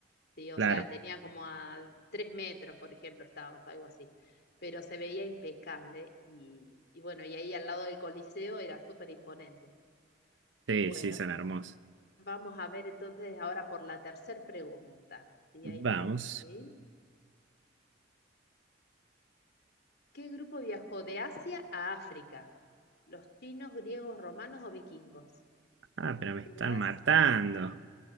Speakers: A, on the left; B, on the right.
A: Sí, o
B: Claro,
A: sea, tenía como a tres metros, por ejemplo, estaba, algo así. Pero se veía impecable y, y bueno, y ahí al lado del Coliseo era súper imponente.
B: sí,
A: Bueno,
B: sí, son hermosos.
A: vamos a ver entonces ahora por la tercera pregunta. Y ahí le
B: Vamos.
A: doy play. ¿Qué grupo viajó de Asia a África? ¿Los chinos, griegos, romanos o vikingos?
B: Ah, pero me
A: De
B: están
A: Asia
B: matando.